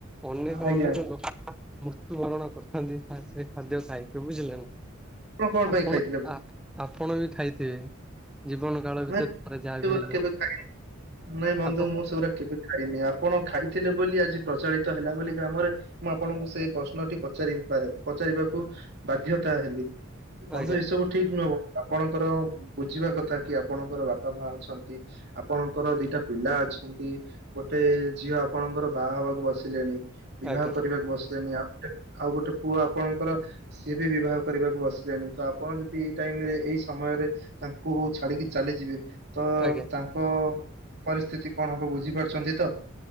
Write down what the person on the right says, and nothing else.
ଆଜ୍ଞା
କଣ
ପାଇଁ ଖାଇଥିଲେ?
ନାଇଁ
କେବେ ଖାଇନି ନାଇଁ ବନ୍ଧୁ
ମୁଁ ସେଗୁରା କେବେ ଖାଇନି ଆପଣ ଖାଇଥିଲେ ବୋଲି ଆଜି ପ୍ରଚଳିତ ହେଲା ବୋଲି ଗ୍ରାମରେ ମୁଁ ଆପଣଙ୍କୁ ସେଇ ପ୍ରଶ୍ନଟି ପଚାରି ପାରେ ପଚାରିବାକୁ ବାଧ୍ୟତା ହେଲି। ବନ୍ଧୁ
ଏସବୁ ଠିକ ନୁହଁବ ଆପଣଙ୍କର ବୁଝିବା କଥା। କି ଆପଣଙ୍କର ବାପା ମା ଅଛନ୍ତି। ଆପଣଙ୍କର ଦିଟା ପିଲା ଅଛନ୍ତି ଗୋଟେ ଝିଅ ଆପଣଙ୍କର ବାହା ହବାକୁ ବସିଲେଣି। ବିବାହ
କରିବାକୁ ବସିଲେନି ଆଉ ଗୋଟେ ଆଉ ଗୋଟେ ପୁଅ ଆପଣଙ୍କର ସିଏ ବି ବିବାହ କରିବାକୁ ବସିଲେଣି ତ ଆପଣ ଯଦି ଏଇ ଟାଇମ ରେ ଏଇ ସମୟରେ ତାଙ୍କୁ ଛାଡିକି ଚାଲିଯିବେ ତ
ତାଙ୍କ ପରିସ୍ଥିତି କଣ ହବ ବୁଝିପାରୁଛନ୍ତି ତ